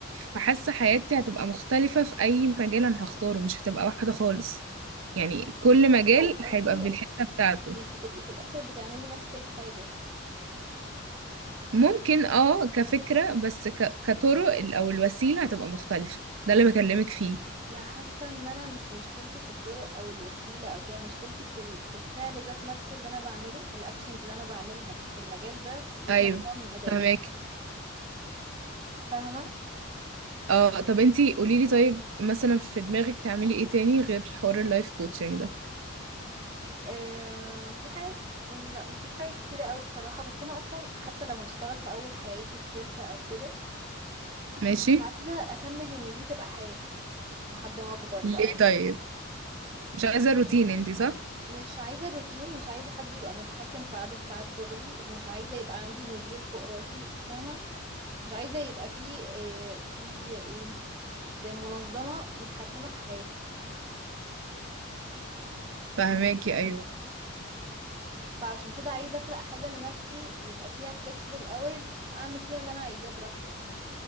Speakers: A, on the right; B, on the right.
A: فحاسة حياتي هتبقى مختلفة في أي مجال أنا هختاره مش هتبقى واحدة خالص يعني كل مجال
B: او قصدي
A: هيبقى بالحتة بتاعته
B: انك هتبقي في الاخر بتعملي نفس الحاجة
A: ممكن اه كفكرة بس ك... كطرق ال- أو الوسيلة هتبقى مختلفة ده اللي بكلمك فيه
B: ما حاسه ان انا مش مشكلتي في الطرق او الوسيله او كده مشكلتي في ال- في الفعل ذات نفسه اللي انا بعمله الاكشنز اللي انا بعملها في المجال ده ذات
A: أيوه
B: نفسها مضايقاني
A: فهماك
B: فاهمه
A: اه طب انتي قوليلي طيب مثلا في دماغك تعملي ايه تاني غير حوار اللايف كوتشنج ده
B: آه في حاجه يعني لا مفيش حاجه كتيره قوي بصراحه بس انا اصلا حتى لو هشتغل في اول حياتي في شركه او كده
A: ماشي
B: مش عايزه اكمل ان دي تبقى حياتي لحد ما اكبر
A: ليه
B: بقى
A: طيب مش عايزة روتين انتي صح
B: مش عايزه الروتين مش عايزه حد يبقى متحكم في عدد ساعات شغلي مش عايزه يبقى عندي مدير فوق راسي فاهمه مش عايزة يبقى في آه، في ايه زي منظمة متحكمة في حياتي
A: فهماكي ايوه
B: فعشان كده عايزة اخلق حاجة لنفسي يبقى فيها flexible hours اعمل فيها اللي انا عايزاه براحتي